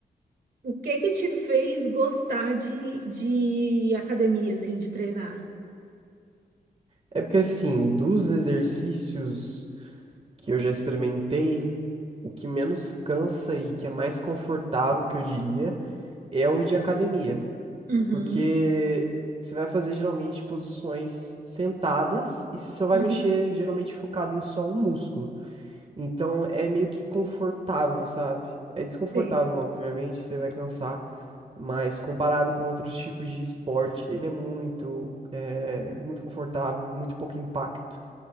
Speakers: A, on the right; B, on the right.
A: o que que te fez gostar de, de academia, assim, de treinar.
B: É porque, assim, dos exercícios que eu já experimentei, o que menos cansa e que é mais confortável, que eu diria, é o de academia.
A: Uhum,
B: Porque você vai fazer geralmente posições sentadas e você só vai
A: uhum,
B: mexer geralmente focado em só um músculo. Então é meio que confortável, sabe? É desconfortável,
A: sei.
B: obviamente, você vai cansar, mas comparado com outros tipos de esporte, ele é muito, é, muito confortável, muito pouco impacto.